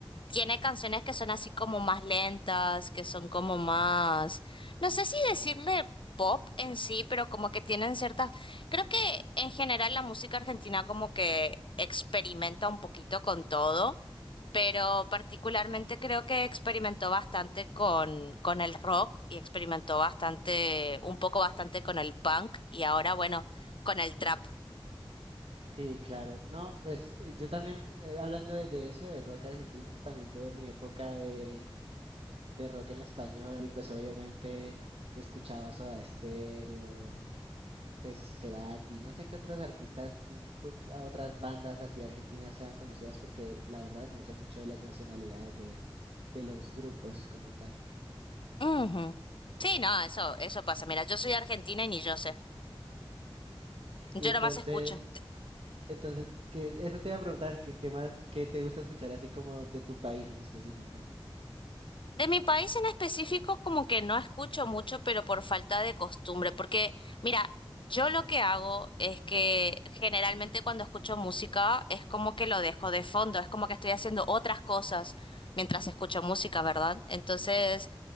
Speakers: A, on the left; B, on the right.
A: tiene canciones que son así como más lentas, que son como más... No sé si decirle pop en sí, pero como que tienen ciertas... Creo que en general la música argentina como que experimenta un poquito con todo, pero particularmente creo que experimentó bastante con, con el rock y experimentó bastante, un poco bastante con el punk y ahora bueno, con el trap.
B: Sí, claro. No, pues eh, yo también, eh, hablando de, de eso, de rock argentino, también tuve mi época de de rock en español y pues obviamente escuchaba Soda Stereo, pues Cerati, no sé qué otros artistas, mm, pu- a otras bandas así argentinas sean conocidas porque la verdad no sé mucho de las nacionalidades de, de los grupos como tal.
A: Ujú. Sí, no, eso, eso pasa. Mira, yo soy argentina y ni yo sé. Yo
B: Y entonces,
A: nomás escucho.
B: entonces que eso te iba a preguntar, que qué más, qué te gusta escuchar así como de tu país en específico.
A: De mi país en específico, como que no escucho mucho, pero por falta de costumbre, porque mira, yo lo que hago es que generalmente cuando escucho música es como que lo dejo de fondo, es como que estoy haciendo otras cosas mientras escucho música, ¿verdad? Entonces,